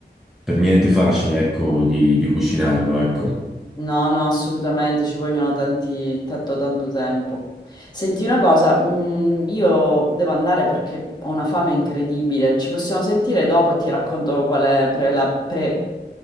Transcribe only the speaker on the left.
No, no, assolutamente, ci vogliono tanti, tanto, tanto tempo. Senti una cosa, mm, io devo andare perché ho una fame incredibile. Ci possiamo sentire dopo e ti racconto quale, pre- la pre-